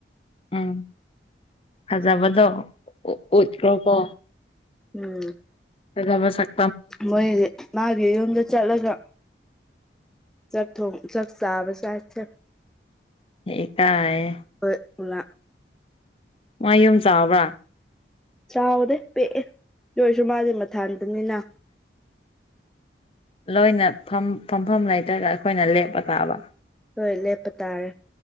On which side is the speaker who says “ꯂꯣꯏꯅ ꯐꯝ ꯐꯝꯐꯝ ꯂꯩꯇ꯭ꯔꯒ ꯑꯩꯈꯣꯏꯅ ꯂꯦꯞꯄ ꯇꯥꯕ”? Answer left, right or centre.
Left